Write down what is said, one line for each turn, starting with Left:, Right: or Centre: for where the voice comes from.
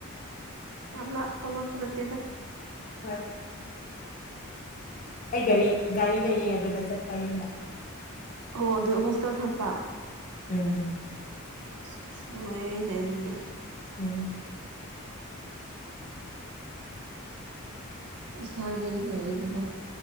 Right: ꯌꯥꯝ ꯑꯄ ꯃꯁꯨ ꯅꯠꯇꯦꯗ
Left: ꯍꯣꯏ ꯑꯩ ꯒꯥꯔꯤ ꯒꯥꯔꯤ ꯂꯩꯌꯦ ꯑꯗꯨꯗ ꯆꯠꯄ ꯌꯨꯝꯗ
Right: ꯑꯣ ꯑꯗꯨ ꯍꯣꯁꯇꯦꯜ ꯊꯝꯕ
Left: ꯎꯝ
Right: ꯆꯁꯅꯅꯨꯡꯉꯅꯦꯅꯅꯦꯅꯤ
Left: ꯎꯝ
Right: ꯏꯁꯥ ꯀꯔꯤ ꯂꯩꯔꯤꯗꯤꯀꯣ